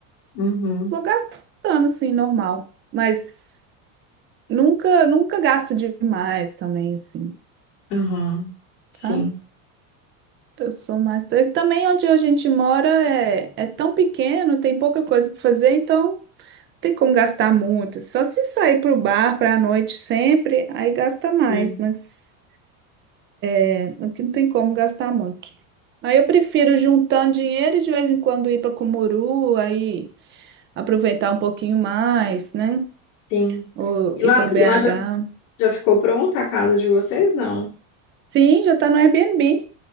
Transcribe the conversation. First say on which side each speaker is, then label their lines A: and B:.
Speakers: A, on the left; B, on the right.
A: Uhum.
B: vou gastando, assim, normal. Mas nunca, nunca gasto demais também, assim,
A: Uhum. Sim.
B: sabe? Eu sou mais. e Também onde a gente mora é, é tão pequeno, tem pouca coisa para fazer, então não tem como gastar muito. Só se sair para o bar para a noite sempre, aí gasta mais,
A: É.
B: mas. É, Aqui não tem como gastar muito. Aí eu prefiro juntando dinheiro e de vez em quando ir para Cumuru, aí aproveitar um pouquinho mais, né?
A: Sim.
B: Ou
A: E
B: ir
A: lá,
B: para BH.
A: e lá já, já ficou pronta a casa de vocês? Não.
B: Sim, já tá no Airbnb.